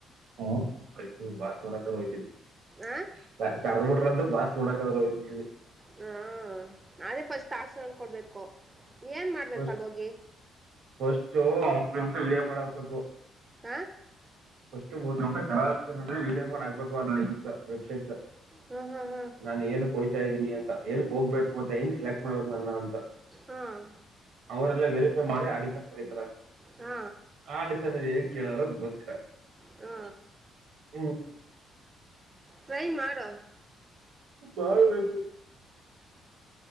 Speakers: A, on the right; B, on the right.
A: ಹ ಆಯ್ತ ಬಾಸ್ ಮರಕಯ್ತ <unintelligible>
B: ಆ
A: ಬಾಸ್ ನೋಡಕ್ಕಾದ್ರು ಹೋಯ್ತೆನಂದಿ
B: ಹ್ಮ ಅದೇ ಫಸ್ಟ್ ಆಶೀರ್ವಾದ ಕೊಡ್ಬೇಕು. ಏನ್ ಮಾಡ್ಬೇಕು
A: ಫಸ್ಟ್
B: ಅಲ್ಲಿ ಹೋಗಿ
A: ಫಸ್ಟು ಮೂರು ನಿಮಿಷ ವಿಡಿಯೋ ಮಾಡಹಾಕ್ ಬೇಕು
B: ಆ.
A: ಫಸ್ಟು ಮೂರು ನಿಮಿಷ ಕರೆಕ್ಟಾಗಿ ನೋಡಿ ವೀಡಿಯೋ ಮಾಡ ಹಾಕ್ಬೇಕು. <unintelligible> ವೆಬ್ಸೈಟ್
B: ಹಾ ಹಾ ಹಾ
A: ನಾನು ಎನಿಕ್ಕೆ ಹೋಯ್ತಾ ಇದ್ದೀನಿ ಅಂತ ಏನು. ಹೋಗ್ಬೇಕು ಅಂತ ಎನ್ನಿಕೆ ಸೆಲೆಕ್ಟ್ ಮಾಡ್ಬೇಕು ನನ್ನ ಅಂತ.
B: ಹಾ
A: ಅವರೆಲ್ಲ ವೆರಿಫೈ ಮಾಡಿ ಆಡಿಸನ್ ಕರೀತರ
B: ಹಾ
A: ಆ ಆಡಿಸನ್ ಅಲ್ಲಿ ಏನ್ ಕೇಳಲ್ಲ. ಗೊತ್ತಿಲ್ಲ.
B: ಹಾ
A: ಹ್ಮ್
B: ಟ್ರೈ ಮಾಡು.
A: ಮಾಡ್ಬೇಕು.